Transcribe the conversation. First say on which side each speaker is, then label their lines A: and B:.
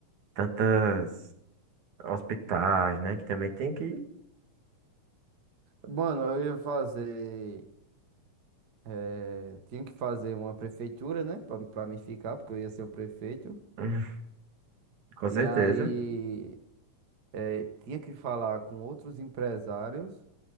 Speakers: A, on the right; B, on the right.
A: tantas hospitais, né? Que também tem que,
B: Mano, eu ia fazer. eh, tinha que fazer uma prefeitura, né, pra, pra mim ficar, porque eu ia ser o prefeito.
A: <laughs> com
B: E
A: certeza.
B: aí, eh, tinha que falar com outros empresários